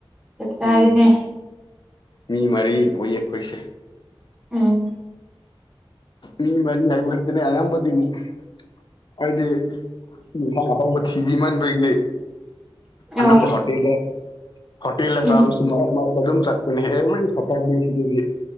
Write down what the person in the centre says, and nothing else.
ꯆꯞ ꯆꯥꯔꯦꯅꯦ
ꯎꯝ
ꯑꯣ
ꯎꯝ